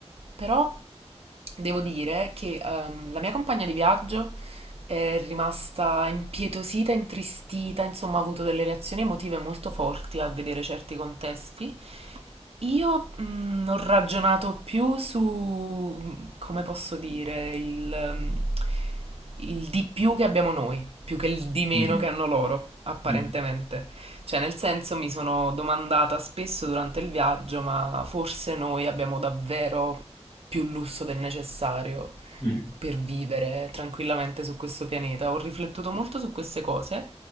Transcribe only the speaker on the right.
però devo dire che ehm, la mia compagna di viaggio è rimasta impietosita, intristita, insomma ha avuto delle reazioni emotive molto forti al vedere certi contesti. Io mm, ho ragionato più su, come posso dire, il, mm, il di più che abbiamo noi, più che il di meno
che hanno loro, apparentemente.
Cioè, nel senso, mi sono domandata spesso durante il viaggio, ma forse noi abbiamo davvero più lusso del necessario
per vivere tranquillamente su questo pianeta. Ho riflettuto molto su queste cose.